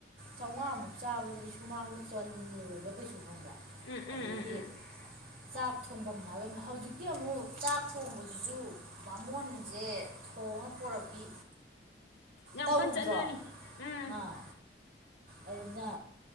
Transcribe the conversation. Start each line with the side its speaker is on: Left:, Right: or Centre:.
Right: ꯆꯥꯝꯃꯉꯥꯃꯨꯛ ꯆꯥꯕꯁꯤꯗꯗꯤ ꯁꯨꯃꯥꯡꯗꯣ ꯆꯜꯂꯕ꯭ꯔꯥ ꯀꯩꯁꯨ ꯑꯗꯨꯒꯨꯝꯕ
Left: ꯎꯝ
Right: ꯑꯗꯒꯤ
Left: ꯎꯝ ꯎꯝ ꯎꯝ
Right: ꯆꯥꯛ ꯊꯣꯡꯐꯝ ꯍꯥꯏꯕ ꯑꯃ ꯍꯧꯖꯤꯛꯇꯤ ꯑꯃꯨꯛ ꯆꯥꯛ ꯊꯣꯡꯕꯁꯤꯁꯨ ꯃꯕꯥꯃꯣꯟꯁꯦ ꯊꯣꯡꯉ ꯄꯨꯣꯔꯛꯄꯤ
Left: ꯌꯥꯝ
Right: ꯇꯧꯗ꯭ꯔꯣ
Left: ꯀꯟꯅ ꯆꯠꯅꯔꯤ ꯎꯝ
Right: ꯑꯥ ꯑꯗꯨꯅ